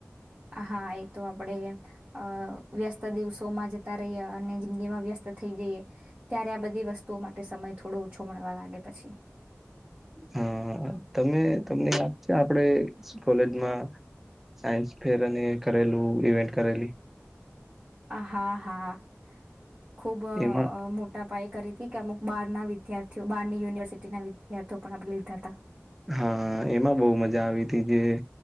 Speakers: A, on the right; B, in the centre.
A: હા એ તો આપણે અ વ્યસ્ત દિવસોમાં જતા રહીએ, અને જિંદગી માં વ્યસ્ત થઈ જઈએ, ત્યારે આ બધી વસ્તુઓ, માટે સમય થોડો ઓછો મળવા લાગે પછી.
B: હા તમે તમને યાદ છે, આપડે કોલેજમા સાયન્સ ફેર અને કરેલુ, ઇવેન્ટ કરેલી
A: હા, હા ખુબ
B: એમાં
A: મોટા પાઇક કરી હતી. કે અુક બાર ના વિદ્યાર્થીઓ બારની યુનિવર્સિટીના વિદ્યાર્થીઓ પણ આપણે લીધા હતા
B: હા, એમાબહુ મજા આવી હતી, જે